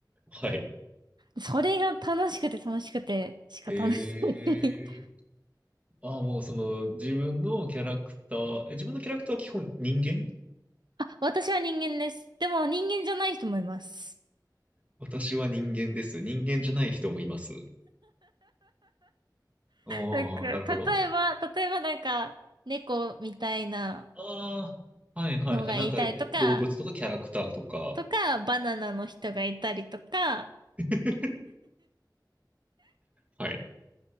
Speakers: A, on the right; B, on the right.
A: はい。
B: それが楽しくて楽しくて仕方ない。
A: ええー
B: <laughs>
A: ああ、もうその、自分のキャラクター、え、自分のキャラクターは基本人間
B: 私は人間です。でも人間じゃない人もいます。
A: 私は人間です。人間じゃない人もいます。ああ、
B: なんか、例えば、
A: なるほど。
B: 例えばなんか、猫みたいな
A: ああ、はいはいはい。
B: のがいたりとか、
A: なんかね、動物とかキャラクターとか。
B: とか、バナナの人がいたりとか、
A: <laughs> はい。